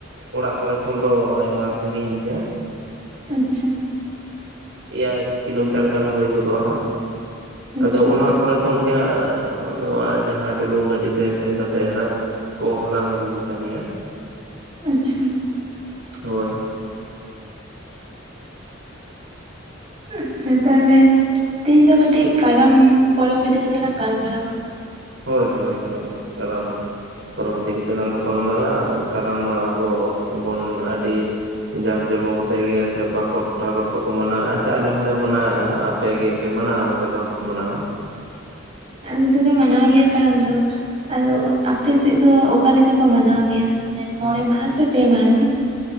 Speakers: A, on the right; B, on the right.
A: ᱚᱲᱟᱜ ᱠᱚᱨᱮ ᱠᱷᱚᱱ ᱫᱚ ᱟᱭᱢᱟ ᱥᱟᱹᱜᱤᱧ ᱜᱮᱭᱟ
B: ᱟᱪᱪᱷᱟ
A: ᱮᱭᱟᱭ ᱠᱤᱞᱳ ᱢᱤᱴᱟᱨ ᱜᱟᱱ ᱦᱩᱭ ᱜᱚᱫᱚᱜᱼᱟ ᱦᱟᱸᱜ
B: ᱟᱪᱪᱷᱟ
A: ᱟᱫᱚ ᱚᱱᱟ
B: ᱟᱪᱪᱷᱟ
A: ᱠᱚᱨᱮ ᱠᱷᱚᱱ ᱜᱮ ᱦᱟᱸᱜ ᱱᱚᱣᱟ ᱡᱟᱦᱟ ᱰᱩᱞᱩᱝ ᱜᱟᱹᱰᱤ ᱛᱮ ᱥᱮᱱ ᱠᱟᱛᱮᱜ ᱦᱟᱸᱜ ᱠᱚ ᱦᱟᱞᱟ ᱟᱹᱜᱩ ᱠᱚᱛᱟ ᱞᱮᱭᱟ
B: ᱟᱪᱪᱷᱟ
A: ᱦᱳᱭ
B: ᱟᱪᱪᱷᱟ ᱛᱟᱦᱚᱞᱮ ᱛᱮᱦᱤᱧ ᱫᱚ ᱠᱟᱹᱴᱤᱡ ᱠᱟᱨᱟᱢ ᱯᱚᱨᱚᱵ ᱤᱫᱤ ᱠᱟᱛᱮᱜ ᱞᱟᱝ ᱜᱟᱞᱢᱟᱨᱟᱣᱟ
A: ᱦᱳᱭ ᱦᱳᱭ ᱦᱳᱭ ᱠᱟᱨᱟᱢ ᱯᱚᱨᱚᱵ ᱤᱫᱤ ᱠᱟᱛᱮ ᱞᱟᱝ ᱜᱟᱯᱟᱞᱢᱟᱨᱟ-ᱟ ᱠᱟᱨᱟᱢ ᱢᱟ ᱟᱵᱚ ᱵᱚᱱ ᱟᱹᱰᱤ ᱡᱟᱠ ᱡᱚᱢᱚ ᱠᱟᱛᱮ ᱜᱮ ᱥᱮ ᱚᱠᱟ ᱠᱚ ᱴᱚᱴᱷᱟ ᱠᱚᱨᱮ ᱫᱚᱠᱚ ᱢᱟᱱᱟᱣᱮᱫᱼᱟ ᱥᱮ ᱟᱞᱮ ᱦᱚᱸᱞᱮ ᱢᱟᱱᱟᱣᱮᱫᱼᱟ ᱟᱯᱮᱜ ᱜᱮ ᱢᱟᱱᱟᱣᱟ ᱥᱮ ᱵᱟᱝ ᱯᱮ ᱢᱟᱱᱟᱣᱟ
B: ᱟᱞᱮ ᱫᱚᱞᱮ ᱢᱟᱱᱟᱣ ᱜᱮᱭᱟ ᱠᱟᱨᱟᱢ ᱫᱚ ᱟᱫᱚ ᱟᱯᱮ ᱥᱮᱫ ᱫᱚ ᱚᱠᱟ ᱞᱮᱠᱟ ᱠᱚ ᱢᱟᱱᱟᱣ ᱜᱮᱭᱟ ᱚᱱᱮ ᱢᱚᱬᱮ ᱢᱟᱦᱟ ᱥᱮ ᱯᱮ ᱢᱟᱦᱟ ᱨᱮ